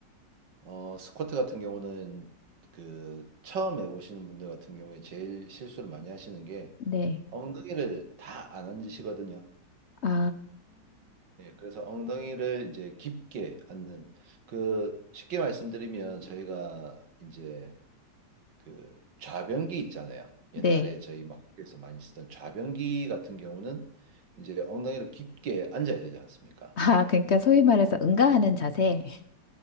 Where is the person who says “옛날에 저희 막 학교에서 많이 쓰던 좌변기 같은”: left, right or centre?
Right